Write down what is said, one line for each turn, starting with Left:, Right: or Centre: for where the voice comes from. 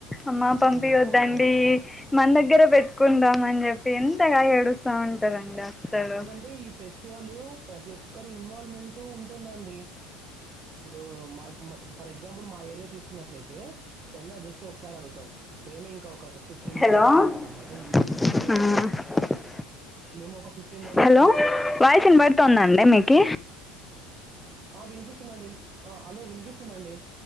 Centre: అమ్మా <unintelligible>
Right: హ్మ్. అవునవును.
Centre: మన దగ్గరే పెట్టుకుందాం అని చెప్పి ఎంతగ ఏడుస్తా ఉంటారండి అసలు
Right: అ ఈ పేస్ <unintelligible> ప్రతి ఒక్కరి ఇన్వల్మెంట్ట్ ఉంటుందండి ఇప్పుడు మా ఫర్ ఎగ్జాంపుల్ మా ఏరియా తీసుకున్నట్లయితే చందా జస్ట్ ఒకసారి అడుగుతాం మేమే ఇంకా ఒక ఫిఫ్టీన్
Centre: హలో
Right: మెంబర్స్ ఉన్నాం అనమాట
Centre: ఆ
Right: హలో! మేము ఒక మెంబర్స్
Centre: హలో
Right: ఉన్నామా?
Centre: వాయిస్ ఇన పడుతుందండి
Right: హలో!
Centre: మీకు
Right: ఆ వినిపిస్తుందిండి ఆ హలో వినిపిస్తుందండి